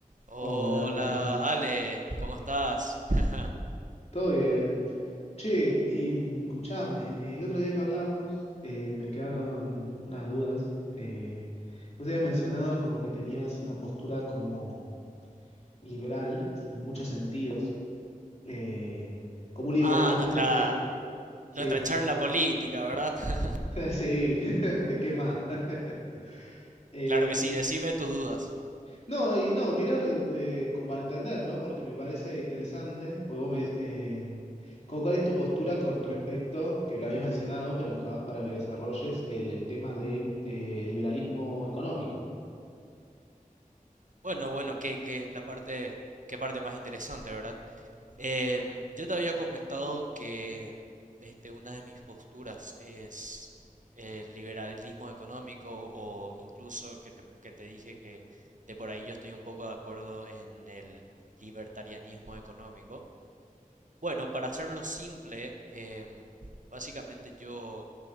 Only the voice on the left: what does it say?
Hola, ¿cómo Hola. andás?
¿Todo bien? Che, y, mm, escuchame, el otro día que hablábamos eh, me quedaron unas dudas. eh, vos habías mencionado como que tenías una postura como liberal en muchos sentidos, eh, como un liberalismo
más de... Sí,
<laughs> sí, <laughs> ¿de qué más? <laughs> Eh,
No, y no, quiero eh, como entender, ¿no? Porque me parece interesante, porque vos me... eh, como cuál es tu postura con respecto, que lo habías mencionado, pero buscabas para que desarrolles el, el tema de eh, liberalismo económico.